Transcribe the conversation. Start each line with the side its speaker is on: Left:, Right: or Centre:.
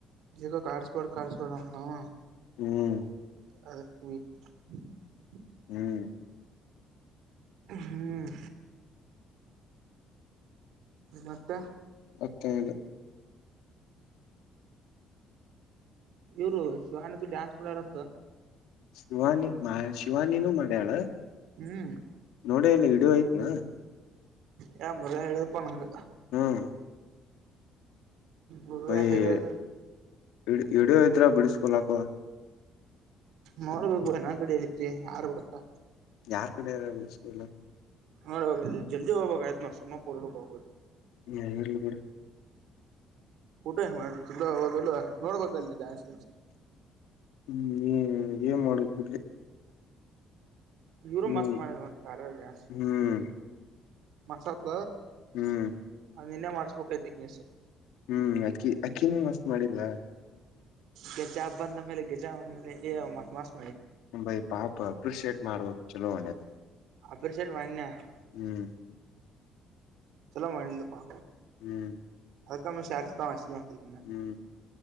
Right: ಜಿಗೋ ಕಡಿಸ್ಬೇಡ ಕಡಿಸ್ಬೇಡ ಅನ್ನಅವ
Left: ಹ್ಮ್
Right: <unintelligible>
Left: ಹ್ಮ್
Right: ಹ್ಮ್ ಮತ್ತೆ
Left: ಮತ್ತೆ ಹೇಳು
Right: ಇವರು ಶಿವಾನಂತ ಡ್ಯಾನ್ಸ್ ಮಾಡಾರಂತ
Left: ಶಿವಾನಿ ಶಿವಾನಿನೂ ಮಾಡ್ಯಾಳ
Right: ಹ್ಮ್
Left: ನೋಡೆಯಿಲ್ಲ ವಿಡಿಯೋ ಐತ್ನ
Right: ಹೇ <unintelligible> ಹೇಳಪ್ಪ ನನ್ಗೆ
Left: ಹ್ಮ್
Right: ಮರ್ಯಾ
Left: ಬೈವಿಡಿಯೋ
Right: ಹೇಳಿದ
Left: ಇದ್ರ ಬಿಡಸ್ಕೊಲಾಕುವ
Right: ನೋಡ್ಬೇಕು ಬಿಡ ನನ್ ಕಡೆ ಹೇಳತಿ ಆರ್ಬಿಡತ್ತಾ
Left: ಯಾರ್ ಕಡೆಯಾರು ಈಸ್ಕೊಲ್ಲ
Right: ಹ ಜಲ್ದಿ ಹೋಗಬೇಕ ಆಯ್ತ್ <unintelligible> ಆಗೋದು
Left: ಇರ್ಲಿಬಿಡು
Right: ಫೋಟೋ ಏನ್ ಮಾಡತಿಲ್ವ ಹೌದಲ್ವಾ ನೋಡ್ಬೇಕಲ್ ಡಾನ್ಸ್
Left: ಹ್ಮ್ ಏನ್ ಮಾಡಕ್ ಬಿಡ್ಲಿ
Right: ಇವರು
Left: ಹ್ಮ್
Right: ಮಸ್ತ್ ಮಾಡರವ್ವ ಕಾರಲ್ಲಿ ಡಾನ್ಸ್
Left: ಹ್ಮ್
Right: ಮಸ್ತ್
Left: ಹ್ಮ್
Right: ನಿನ್ನೆ ಮಾಡಸ್ಬೇಕಯಿತು <unintelligible>
Left: ಹ್ಮ್ ಆಕ್ಕಿ ಆಕ್ಕಿನೂ ಮಸ್ತ್ ಮಾಡಿದ್ಲಾ
Right: ಗೆಜಾ ಬಂದ ಮೇಲೆ ಗಗೆಜ್ಜಾ ಬಂದ ಮೇಲೆ ಮ ಮಸ್ <unintelligible>
Left: ಂಬೈ <unintelligible> ಪಾಪ ಅಪ್ರಿಶಿಯೇಟ್ ಮಾಡ್ಬೇಕಕ್ ಚಲೋ ಒಂಡೇದು
Right: ಅಪ್ರಷಿಯೇಟ್ ಮನ್ಯಾ <unintelligible>
Left: ಹ್ಮ್
Right: ಚಲೋ ಮಾಡಿಲ್ಲಪ್ಪಾ
Left: ಹ್ಮ್
Right: ಅದಕ್ಕಮ್ಮ ಶೇರಸ್ತ ಅಿಲ್ಲ ಅಂತನ
Left: ಹ್ಮ್